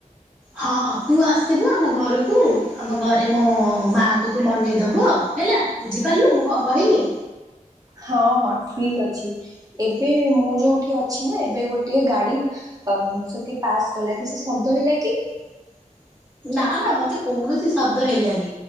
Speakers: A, in the centre; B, on the right.
A: ହଁ ହଁ ତୁ ଆସିବୁ ଆମ ଘରକୁ ଆମ ଘରେ ମୋ ମାଙ୍କୁ ତୁ ମନେଇଦବୁ, ଆଉ ହେଲା ବୁଝିପାରିଲୁ ମୁଁ କଣ କହିଲି?
B: ହଁ ହଁ ଠିକ ଅଛି ଏବେ ମୁଁ ଯୋଉଁଠି ଅଛି ନା ଏବେ ଗୋଟଏ ଗାଡି ସେଠି ପାସ୍ କଲା କିଛି ଶବ୍ଦ ହେଲା କି?
A: <inaudible> ନା ନା ମତେ କୌଣସି ଶବ୍ଦ ହେଲାନି